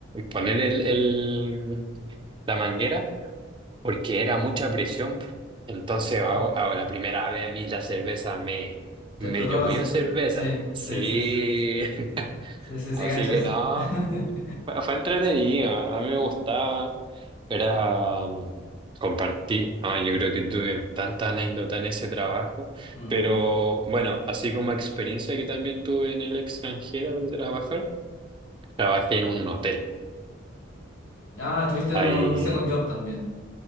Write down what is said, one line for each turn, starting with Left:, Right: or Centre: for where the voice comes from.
Right: poner el, el- la manguera porque era mucha presión. Entonces, a,
Left: Ya.
Right: a la primera vez a mí la cerveza me,
Left: Te
Right: me
Left: explotó
Right: llovió
Left: así.
Right: cerveza.
Left: Sí,
Right: Sí,
Left: sí, sí, sí, sí.
Right: <laughs>
Left: Sí, sí,
Right: así
Left: sí, cacho
Right: que
Left: eso.
Right: no,
Left: <laughs>
Right: fue, fue entretenido, a mí
Left: Ya.
Right: me gustaba. Era mm, compartí, ah, yo creo que tuve tanta anécdota en ese trabajo,
Left: Mm.
Right: pero bueno, así como experiencia que también tuve en el extranjero de trabajar, trabajé en un hotel.
Left: Ah, tuviste
Right: Ahí,
Left: un, un second job también.